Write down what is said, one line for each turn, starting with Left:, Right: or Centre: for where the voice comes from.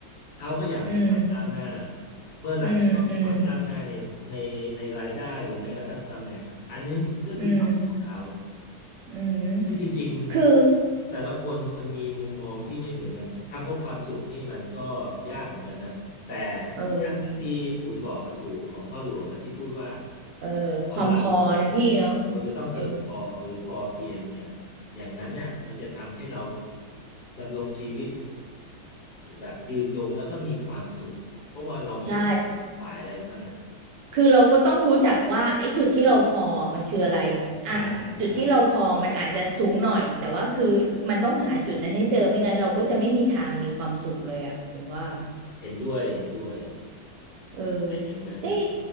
Left: เขาก็อยากมีความก้าวหน้า
Right: อืม
Left: เมื่อไหร่ที่เขามีความก้าวหน้าในในในรายได้หรือแม้กระทั่งตำแหน่งอันนี้ก็คือความสุขของเขา
Right: อืมอืมอืมอืม
Left: ซึ่งจริงๆแต่ละคนมันมีมุมมองที่ไม่เหมือนกันคำว่าความสุขนี่มันก็
Right: คือ
Left: ยากเหมือนกันนะแต่
Right: เออ
Left: อย่างหนึ่งที่อุ่นบอกกับถูกของพ่อหลวงนะที่พูดว่า
Right: เออความพอนะพี่เนาะ
Left: คนเราเนี่ยคนจะต้องเพียงพอหรือพอเพียงเนี่ย
Right: เออ
Left: อย่างนั้นเนี่ยมันจะทำให้เราดำรงชีวิตแบบยืนยงแล้วก็มีความสุขเพราะว่าเราไม่ต้องไปขวนขวายอะไรมาก
Right: ใช่ คือเราก็ต้องรู้จักว่าไอ้จุดที่เราพอมันคืออะไรอ่ะจุดที่เราพอมันอาจจะสูงหน่อยแต่ว่าคือมันต้องหาจุดนั้นให้เจอไม่งั้นเราก็จะไม่มีทางมีความสุขเลยอ่ะอุ่นว่า
Left: ใช่ใช่เห็นด้วยเห็นด้วย
Right: เออ
Left: เป็นอย่างนั้นน่ะ
Right: เต้